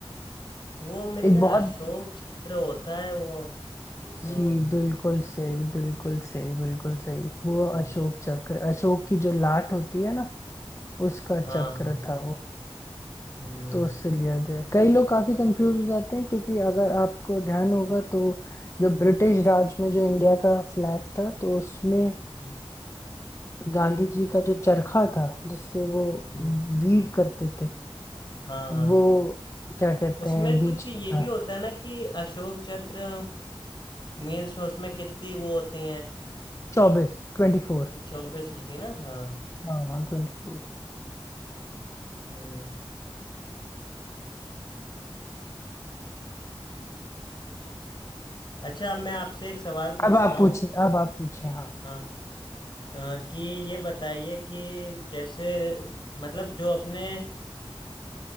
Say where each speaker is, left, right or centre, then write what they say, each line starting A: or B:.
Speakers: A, on the left (about 50°); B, on the left (about 30°).
A: वो मेरे
B: एक
A: ख्याल
B: बहुत
A: अशोक चक्र होता है वो हाँ
B: जी बिल्कुल सही बिल्कुल सही बिल्कुल सही वो
A: हम्म,
B: अशोक चक्र अशोक की जो लाट होती है ना उसका
A: हाँ
B: चक्र
A: हाँ,
B: था वो
A: हम्म
B: तो उससे लिया गया है। कई लोग काफी कंफ्यूज हो जाते हैं क्योंकि अगर आपको ध्यान होगा तो जब ब्रिटिश राज में जो इंडिया का फ्लैग था तो उसमें अ,
A: हम्म
B: गांधी जी का जो चरखा था जिससे वो
A: हम्म,
B: वीव करते थे
A: हाँ हाँ
B: वो क्या कहते
A: उसमें
B: हैं बीच
A: कुछ ये
B: में था
A: भी होता है ना कि अशोक चक्र मीन्स उसमें कितनी वो होती हैं
B: चौबीस ट्वेंटी फोर
A: चौबीस होती है ना हाँ
B: हाँ हाँ ट्वेंटी फोर
A: हम्म अच्छा अब मैं आपसे एक सवाल पूछता
B: अब आप पूछिए
A: हूँ
B: अब आप पूछिए हाँ
A: हाँ हाँ, कि ये बताइए कि जैसे मतलब जो अपने